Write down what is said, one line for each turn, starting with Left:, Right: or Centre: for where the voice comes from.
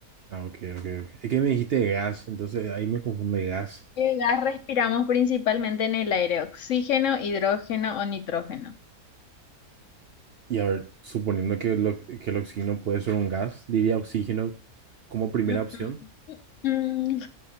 Right: Ah, ok, ok, ok. Es que me dijiste gas, entonces ahí me confunde gas.
Left: ¿Qué gas respiramos principalmente en el aire? ¿Oxígeno, hidrógeno o nitrógeno?
Right: Y a ver, suponiendo que, lo- que el oxígeno puede ser un gas, diría oxígeno como primera
Left: Mm,
Right: opción.
Left: mm. Mm,